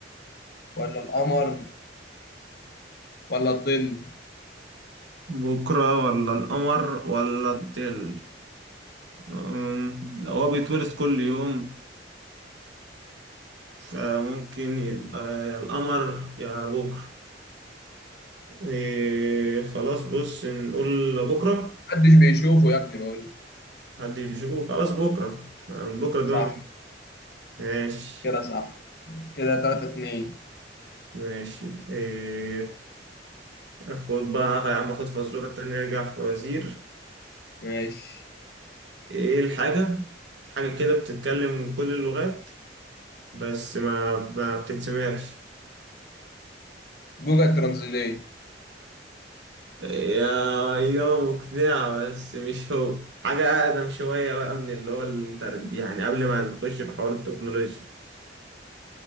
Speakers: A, on the left; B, on the right.
A: ولا القمر ولا الظل
B: بكرة ولا القمر ولا الظل أم، لو هو بيتولد كل يوم فممكن يبقى القمر يا بكرة إيه خلاص بص نقول بكرة
A: محدش بيشوفه يا ابني بقول
B: محدش بيشوفه خلاص بكرة يعني بكرة ده
A: صح
B: ما بي- ماشي
A: كده صح كده تلاتة اتنين
B: ماشي إيه أخد بقى يا عم أخد فزورة تانية أرجع في وزير
A: ماشي
B: إيه الحاجة حاجة كده بتتكلم كل اللغات بس ما ما بتتسمعش
A: جوجل ترانزليت
B: يا إجابة مقنعة بس مش هو حاجة أقدم شوية بقى من اللي هو التر... يعني قبل ما نخش في حوار التكنولوجيا